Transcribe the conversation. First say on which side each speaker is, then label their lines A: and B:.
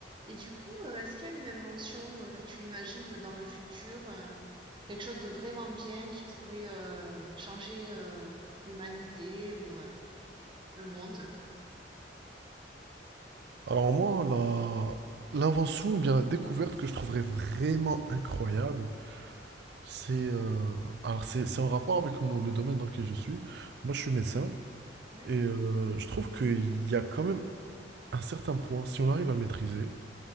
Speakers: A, on the right (about 25°); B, on the right (about 65°).
A: Et du coup, heu, est-ce qu'il y a une invention, heu, que tu imagines dans le futur, heu, quelque chose de vraiment bien qui pourrait, heu, changer, heu, l'humanité ou, heu, le monde?
B: Alors moi, la- l'invention ou bien la découverte que je trouverais vraiment incroyable, c'est euh, alors c'est c'est en rapport avec mon- le domaine dans lequel je suis. Moi, je suis médecin
A: Ouais,
B: et euh, je trouve qu'il y a quand même un certain point, si on arrive à le maîtriser,